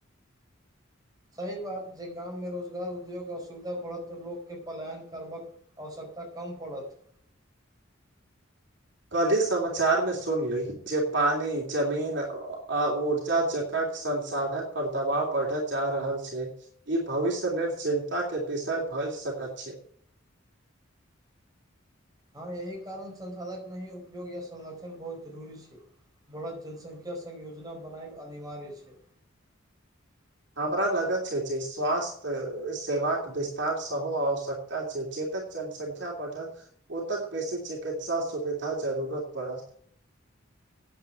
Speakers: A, on the right (about 20°); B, on the right (about 60°).
A: सही बात जे गाममे रोजगार उद्योग अ शुक पड़त तऽ लोककेँ पलायन करबाक आवश्यकता कम पड़त
B: कल्हि समाचार में सुनली जे पानी जमीन आ ऊर्जा ज कियाकि संसाधन पर दबाव बढ़त जा रहल छै ई भविष्य लेल चिन्ता के विषय भए सकैत छै
A: हँ एहि कारण संसाधक नहि उपयोग या संरक्षण बहुत जरूरी छै बढ़त जनसङख्या सङ योजना बनाएब अनिवार्य छै
B: हमरा लगत छै जे स्वास्थ्य सेवाक विस्तार सेहो आवश्यकता छै जेतक जनसंख्या पढ़क ओ तक बेसी चिकित्सा सुविधा जरूुरत पड़त